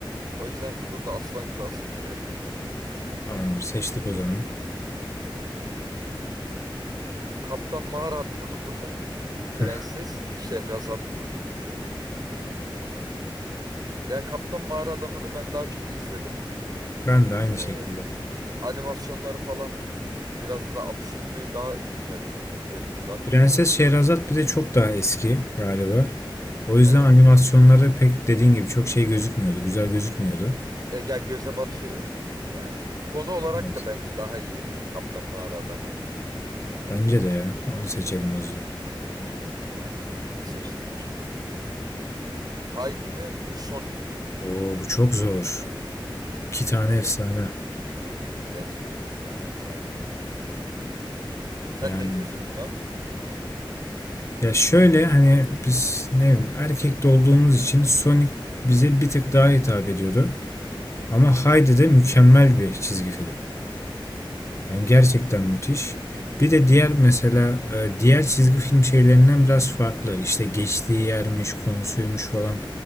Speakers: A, on the right; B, on the left.
A: O yüzden burada Aslan Kral seçilebilir.
B: tamamdır seçtik o zaman.
A: Kaptan Mağara Adamı mı? <laughs>
B: <laughs>
A: Prenses Şehrazat mı? Hmm. Ya Kaptan Mağara Adamı'nı ben daha çok izledim.
B: Ben de aynı
A: Ee,
B: şekilde.
A: animasyonları falan biraz da absürtlüğü daha güzel görünüyor. Daha çok
B: Prenses
A: hoşuma gidiyor.
B: Şehrazat bir de çok daha eski galiba. O yüzden
A: Evet.
B: animasyonları pek dediğin gibi çok şey gözükmüyordu. Güzel gözükmüyordu.
A: E, ya göze batıyor yani. Konu olarak
B: Evet.
A: da bence daha iyi. Kaptan Mağara Adamı.
B: Bence de ya. Onu seçelim o yüzden.
A: Tamam. Seçtik. <clears throat> Haydi mi? Sonic mi?
B: Oo bu çok zor. İki tane
A: Evet.
B: efsane.
A: Gerçekten iki tane efsane. Sen
B: Yani
A: ne diyorsun buna?
B: ya şöyle hani biz ne bileyim erkekte olduğumuz için Sonic bize bir tık daha hitap ediyordu. Ama Heidi de mükemmel bir çizgi film. Yani
A: Hı
B: gerçekten
A: hı.
B: müthiş. Bir de diğer mesela e, diğer çizgi film şeylerinden biraz farklı. İşte geçtiği yermiş, konusuymuş falan.